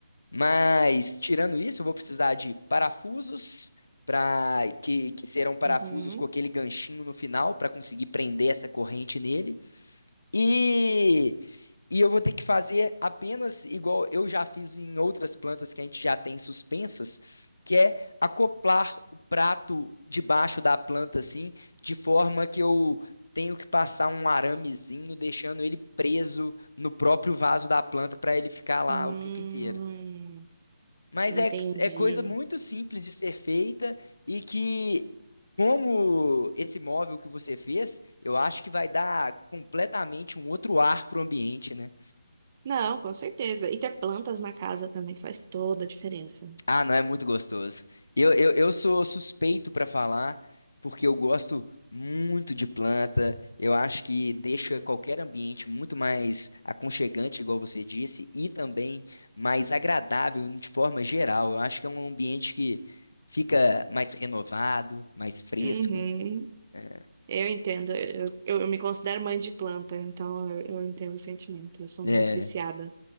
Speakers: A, on the left (about 75°); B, on the right (about 30°).
A: mas tirando isso, eu vou precisar de parafusos para que, que serão parafusos
B: Uhum.
A: com aquele ganchinho no final para conseguir prender essa corrente nele. E, e eu vou ter que fazer apenas igual eu já fiz em outras plantas que a gente já tem suspensas, que é acoplar o prato debaixo da planta assim, de forma que eu tenho que passar um aramezinho, deixando ele preso no próprio vaso da planta para ele ficar lá
B: Hum,
A: o tempo inteiro. Mas
B: entendi.
A: é, é coisa muito simples de ser feita e que, como esse móvel que você fez, eu acho que vai dar completamente um outro ar para o ambiente, né?
B: Não, com certeza. E ter plantas na casa também faz toda a diferença.
A: Ah, não, é muito gostoso. Eu, eu, eu sou suspeito para falar, porque eu gosto muito de planta. Eu acho que deixa qualquer ambiente muito mais aconchegante, igual você disse, e também mais agradável de forma geral. Eu acho que é um ambiente que fica mais renovado, mais fresco.
B: Uhum.
A: É,
B: Eu entendo, eu, eu, eu me considero mãe de planta, então eu, eu entendo o sentimento, eu sou
A: é,
B: muito viciada.